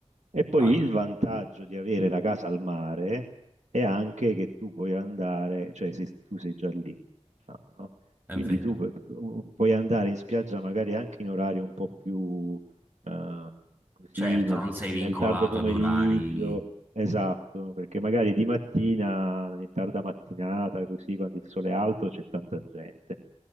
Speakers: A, on the right; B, on the right.
A: E poi
B: Ah,
A: il
B: sì,
A: vantaggio di avere la casa al mare è anche che tu puoi andare, cioè se tu sei già lì, diciamo, no?
B: è
A: Quindi
B: vero.
A: tu pu- puoi andare in spiaggia magari anche in orari un po' più eh, così,
B: Certo,
A: nel
B: non sei
A: nel-
B: vincolato
A: nel tardo pomeriggio
B: ad orari.
A: Esatto, perché magari di mattina, in tarda mattinata, così quando il sole è alto c'è tanta gente.